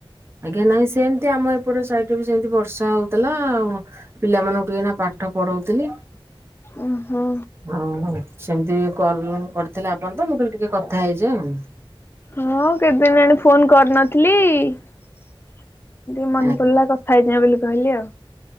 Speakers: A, on the right; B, on the left.
A: ଆଜ୍ଞା ନାଇଁ ସେମିତି ଆମ ଏପଟ ସାଇଡରେ ବି ସେମିତି ବର୍ଷା ହଉଥିଲା ଆଉ। ପିଲାମାନଙ୍କଠୁ ଏଇନା ପାଠ ପଢଉଥିଲି।
B: ଓହୋ।
A: ହଉ ହଉ ସେମିତି ବି କଲ ମ କରିଥିଲେ ଆପଣ ତ ମୁଁ କହିଲି ଟିକେ କଥା ହେଇଯିବା।
B: ହଁ କେତ୍ ଦିନ ହେଲାଣି ଫୋନ କରିନଥିଲି ଟିକେ ମନ
A: ଆଉ।
B: ପଡିଲା କ ଖାଇଛନା ବୋଲି କହିଲି ଆଉ।